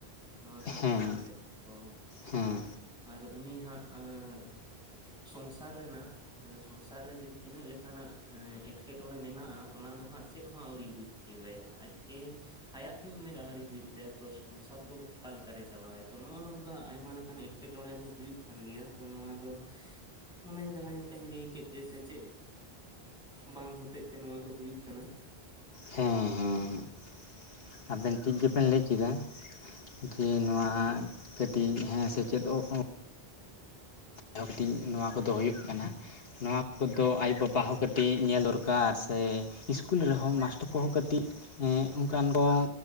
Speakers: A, in the centre; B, on the left.
A: ᱱᱚᱣᱟ ᱠᱟᱛᱷᱟ
B: ᱦᱮᱸ
A: ᱠᱟᱱᱟ ᱥᱮ ᱛᱚ
B: ᱦᱮᱸ ᱦᱮᱸ
A: ᱟᱨ ᱩᱱᱤ ᱦᱟᱸᱟᱜ ᱥᱚᱝᱥᱟᱨ ᱨᱮᱱᱟᱜ ᱥᱚᱝᱥᱟᱨ ᱨᱮ ᱡᱮ ᱛᱤᱱᱟᱹᱜ ᱞᱮᱠᱟᱱᱟᱜ ᱮᱸᱴᱠᱮᱴᱚᱬᱮ ᱢᱮᱱᱟᱜᱼᱟ ᱚᱱᱟ ᱫᱚ ᱦᱟᱸᱜ ᱪᱮᱫ ᱦᱚᱸ ᱟᱹᱣᱨᱤ ᱵᱩᱡᱠᱟᱭ ᱟᱡᱜᱮ <unintelligible> ᱟᱭᱟᱜ ᱜᱮ ᱩᱢᱮᱨ ᱟᱹᱣᱨᱤ ᱦᱩᱭᱩᱜ ᱛᱟᱭᱟ ᱛᱚ ᱥᱚᱝᱥᱟᱨ ᱫᱚ ᱚᱠᱟᱞᱠ ᱨᱟᱭ ᱪᱟᱞᱟᱣᱟᱭ ᱛᱚ ᱱᱚᱜᱼᱚ ᱱᱚᱝᱠᱟ ᱟᱭᱢᱟ ᱞᱮᱠᱟᱱ ᱮᱴᱠᱮᱴᱬᱮ ᱮᱴᱠᱮᱴᱚᱬᱮ ᱫᱚ ᱦᱩᱭᱩᱜ ᱠᱟᱱ ᱜᱮᱭᱟ ᱛᱚ ᱱᱚᱣᱟ ᱫᱚ ᱚᱱᱮ ᱡᱟᱦᱟᱸ ᱞᱮᱠᱟᱧ ᱞᱟᱹᱭ ᱠᱮᱫ ᱡᱮ ᱥᱮᱪᱮᱫ ᱵᱟᱝ ᱦᱚᱛᱮᱜ ᱛᱮ ᱱᱚᱣᱟ ᱫᱚ ᱦᱩᱭᱩᱜ ᱠᱟᱱᱟ
B: ᱦᱮᱸ ᱦᱮᱸ ᱦᱮᱸ ᱟᱵᱮᱱ ᱴᱷᱤᱠ ᱜᱮᱵᱮᱱ ᱞᱟᱹᱭ ᱠᱮᱫᱟ ᱡᱮ ᱱᱚᱣᱟ ᱠᱟᱹᱴᱤᱡ ᱦᱮᱸ ᱥᱮᱪᱮᱫ ᱚᱜ ᱠᱟᱹᱴᱤᱡ ᱱᱚᱣᱟ ᱠᱚᱫᱚ ᱦᱩᱭᱩᱜ ᱠᱟᱱᱟ ᱱᱚᱣᱟ ᱠᱚᱫᱚ ᱟᱭ ᱵᱟᱵᱟ ᱦᱚᱸ ᱠᱟᱹᱴᱤᱡ ᱧᱮᱞ ᱫᱚᱨᱠᱟᱨ ᱥᱮ ᱤᱥᱠᱩᱞ ᱨᱮᱦᱚᱸ ᱢᱟᱥᱴᱟᱨ ᱠᱚᱦᱚᱸ ᱠᱟᱹᱴᱤᱡ ᱚᱱᱠᱟᱱ ᱵᱚᱱ